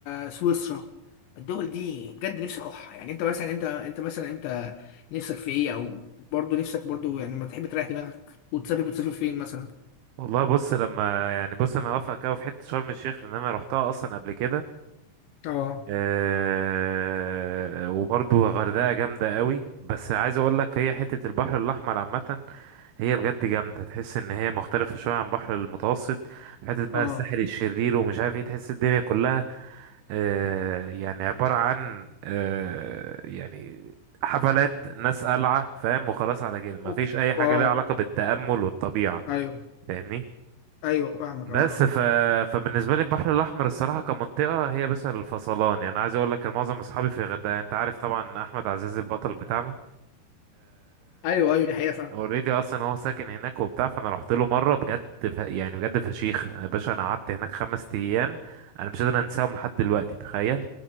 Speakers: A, on the left; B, on the right.
A: آه، سويسرا الدول دي بجد نفسي اروحها يعني انت مثلا انت انت مثلا انت نفسك في ايه او برضه نفسك برضه يعني لما تحب تريح دماغك وتسافر بتسافر فين مثلا
B: والله بص لما يعني بص انا هوافقك أوي في حته شرم الشيخ لان انا روحتها اصلا قبل كده
A: اه
B: آه وبرضو الغردقة جامدة قوي بس عايز اقول لك هي حتة البحر الاحمر عامة هي بجد جامدة تحس ان هي مختلفة شوية عن البحر المتوسط في حتة بقى
A: اه
B: الساحل الشرير ومش عارف ايه تحس الدنيا كلها آه يعني عبارة عن آه يعني حفلات ناس قلعة فاهم وخلاص على كده مفيش
A: أوف.
B: اي حاجة
A: اه
B: ليها علاقة بالتأمل والطبيعة
A: ايوه
B: فاهمني
A: ايوه فاهمك
B: بس
A: اه
B: ف... فبالنسبه لي البحر الاحمر الصراحه كمنطقه هي بس الفصلان يعني عايز اقول لك إن معظم اصحابي في الغردقه يعني انت عارف طبعا احمد عزيز البطل بتاعنا
A: ايوه ايوه دي حقيقه فعلا
B: اوريدي اصلا هو ساكن هناك وبتاع فانا رحت له مره بجد ف... يعني بجد فشيخ يا باشا انا قعدت هناك خمس ايام انا مش قادر انساهم لحد دلوقتي تخيل